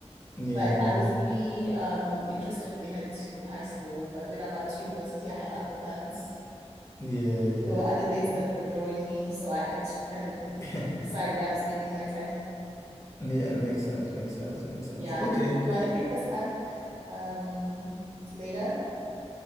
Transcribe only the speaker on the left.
yeah,
yeah, yeah,
yeah,
yeah. <laughs>
Yeah, makes sense, makes sense, makes sense.
Okay.